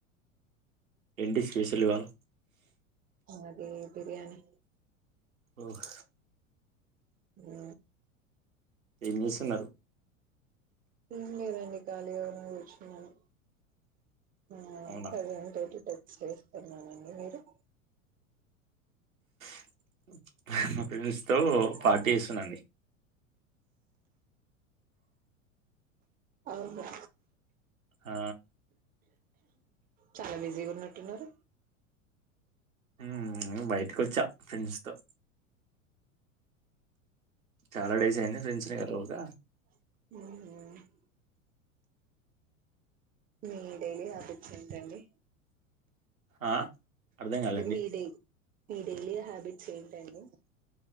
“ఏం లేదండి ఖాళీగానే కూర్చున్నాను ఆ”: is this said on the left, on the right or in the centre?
Right